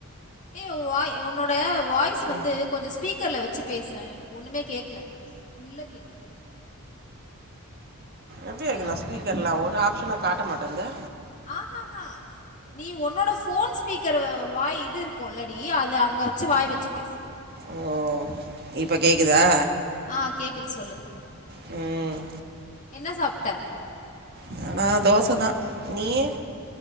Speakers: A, on the left; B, on the right.
A: ஏ உவாய் உன்னோட வாய்ஸ் வந்து
B: ம்
A: கொஞ்சொ ஸ்பீக்கர்ல வ ச்சு பேசே எனக்கு ஒண்ணுமே கேக்கல உள்ள கேக்குது
B: எப்படியாக்குன்ன
A: ஹலோ
B: ஸ்பீக்கர்ல்லா ஒரு ஆப்ஷனு காட்ட மாட்டெங்குது
A: ஆ ஹ ஹ நீ ஒன்னோட ஃபோன் ஸ்பீக்கர வாய் இது இருக்குலடி அது அங்க வச்சு வாய் வச்சு பேசு
B: ஓ இப்ப கேக்குதா
A: ஆ கேக்குது சொல்லு
B: ம்
A: என்ன சாப்ட்ட
B: நானா தோசதா நீயி